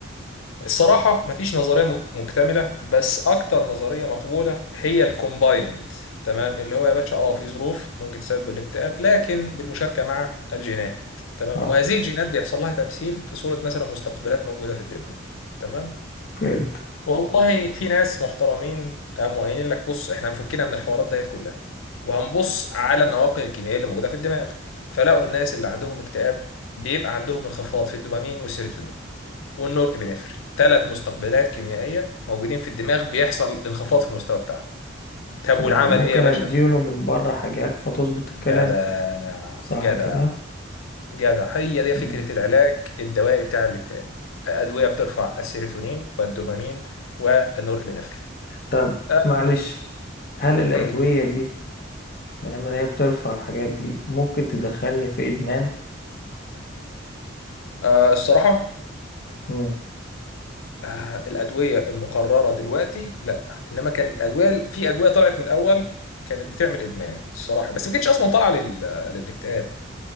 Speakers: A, on the left; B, on the left.
A: الصراحة مفيش نظرية م- مكتملة بس أكتر نظرية مقبولة هي الكومبايند تمام اللي هو يا باشا اه في ظروف ممكن تسبب الاكتئاب لكن بالمشاركة مع الجينات تمام
B: اه
A: وهذه الجينات بيحصل لها تمثيل في صورة مثلا مستقبلات موجودة في الدماغ تمام
B: فهمت
A: والله في ناس محترمين قاموا قايلين لك بص احنا هنفكنا من الحوارات ديت كلها وهنبص على النواقل الكيميائية اللي موجودة في الدماغ فلقوا الناس اللي عندهم اكتئاب بيبقى عندهم انخفاض في الدوبامين والسيروتونين والنورابinefrine ثلاث مستقبلات كيميائيه موجودين في الدماغ بيحصل انخفاض في المستوى بتاعهم طب
B: طب
A: والعمل
B: ما انا ممكن
A: ايه يا باشا
B: اديله من بره حاجات فتظبط الكلام
A: جدع
B: صح
A: جدع
B: كده
A: جدع هي دي
B: مم.
A: فكره العلاج الدوائي بتاع الاكتئاب ادويه بترفع السيروتونين والدوبامين والنورابinefrine
B: طب
A: أم-
B: معلش هل الادويه
A: أم.
B: دي ما لما هي بترفع الحاجات دي ممكن تدخلني في ادمان
A: أه الصراحه
B: مم.
A: أه الادويه المقرره دلوقتي لا انما كان الادويه في ادويه طلعت من الاول كانت بتعمل ادمان الصراحه بس ما كانتش اصلا طالعه لل... للاكتئاب